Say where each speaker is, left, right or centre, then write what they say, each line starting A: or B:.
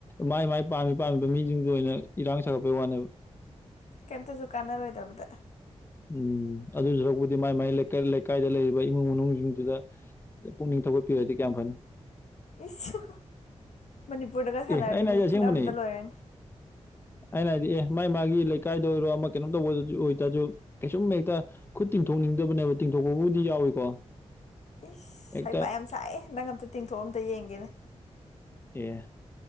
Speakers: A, on the left (about 20°); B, on the left (about 75°).
A: ꯃꯥꯏ ꯃꯥꯏ ꯄꯥꯝꯃꯤ ꯄꯥꯝꯃꯤꯕ ꯃꯤꯁꯤꯡꯗꯨ ꯑꯣꯏꯅ ꯏꯔꯥꯡ ꯁꯥꯒꯠꯄꯩ ꯋꯥꯅꯦꯕ
B: ꯀꯩꯝꯇꯁꯨ ꯀꯥꯟꯅꯔꯣꯏꯗꯕꯗ
A: ꯎꯝ ꯑꯗꯨꯁꯨꯔꯛꯄꯨꯗꯤ ꯃꯥꯏ ꯃꯥꯏ ꯂꯩꯀꯥꯏ ꯂꯩꯀꯥꯏꯗ ꯂꯩꯔꯤꯕ ꯏꯃꯨꯡ ꯃꯅꯨꯡꯁꯤꯡꯗꯨꯗ ꯄꯨꯛꯅꯤꯡ ꯊꯧꯒꯠ ꯄꯤꯔꯗꯤ ꯀꯌꯥꯝ ꯐꯅꯤ
B: ꯏꯁꯁꯨ ꯃꯅꯤꯄꯨꯔꯗꯒ ꯁꯥꯟꯅꯔꯗꯤ
A: ꯑꯦ ꯑꯩꯅ
B: ꯃꯤ
A: ꯍꯥꯏꯗꯤ ꯑꯁꯦꯡꯕꯅꯦ
B: ꯐꯨꯅꯕꯗ ꯂꯣꯏꯔꯅꯤ
A: ꯑꯩꯅ ꯍꯥꯏꯗꯤ ꯑꯦ ꯃꯥꯏ ꯃꯥꯒꯤ ꯂꯩꯀꯥꯏꯗ ꯑꯣꯏꯔꯣ ꯑꯃ ꯀꯩꯅꯣ ꯇꯧꯕ ꯑꯣꯏꯇꯥꯔꯁꯨ ꯀꯩꯁꯨꯝ ꯍꯦꯛꯇ ꯈꯨꯠ ꯇꯤꯡꯊꯣꯛꯅꯤꯡꯗꯕꯅꯦꯕ ꯇꯤꯡꯊꯣꯛꯄꯕꯨꯗꯤ ꯌꯥꯎꯏꯀꯣ
B: ꯏꯁ
A: ꯍꯦꯛꯇ
B: ꯍꯩꯄꯥ ꯌꯥꯝ ꯁꯥꯛꯑꯦ ꯅꯪ ꯑꯝꯇ ꯇꯤꯡꯊꯣꯛꯑꯣ ꯑꯝꯇ ꯌꯦꯡꯒꯦꯅꯦ
A: ꯑꯦ